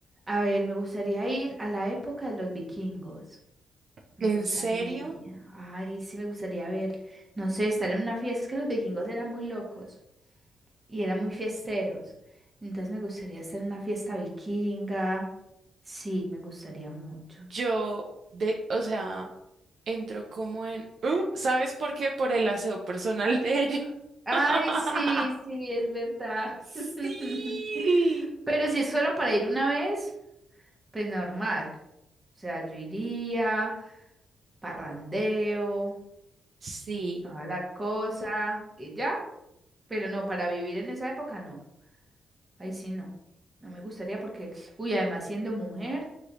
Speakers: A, on the right; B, on the right.
A: a ver, me gustaría ir a la época de los vikingos. Me
B: ¿En
A: gustaría,
B: serio?
A: ay, sí, me gustaría ver, no sé, estar en una fiesta, es que los vikingos eran muy locos. y eran muy fiesteros. Entonces me gustaría hacer una fiesta vikinga. Sí, me gustaría mucho.
B: Yo, de, o sea, entro como en... ¿Mm? ¿Sabes por qué? Por el aseo personal de ella.
A: Ay,
B: <laughs>
A: sí, sí, es verdad.
B: Sí.
A: <laughs> Pero si es solo para ir una vez, pues normal. O sea, yo iría, parrandeo,
B: Sí.
A: toda la cosa y ya. Pero no, para vivir en esa época no. Ahí sí no. No me gustaría porque, uy, además siendo mujer,